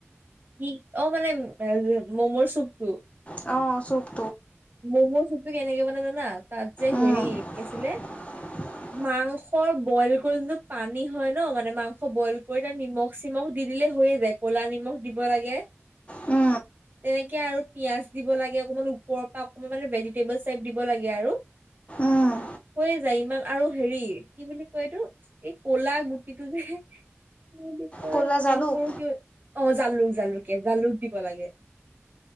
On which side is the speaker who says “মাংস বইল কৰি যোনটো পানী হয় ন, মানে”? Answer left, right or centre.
Right